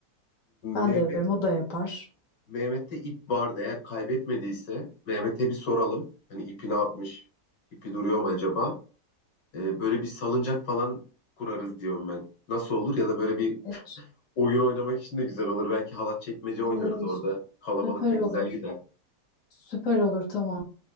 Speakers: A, on the left (about 50°); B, on the left (about 80°).
A: Ben
B: Mehmet
A: de yaparım. O da yapar.
B: Mehmet'te ip vardı. Eğer kaybetmediyse Mehmet'e bir soralım. Hani ipi ne yapmış? İpi duruyor mu acaba? E, böyle bir salıncak falan kurarız diyorum ben. Nasıl olur? Ya da böyle bir
A: Evet.
B: oyun oynamak için de güzel olur. Belki halat çekmece oynarız
A: E,
B: orada. Kalabalık
A: süper
B: da güzel
A: olur.
B: gider.
A: Süper olur tamam.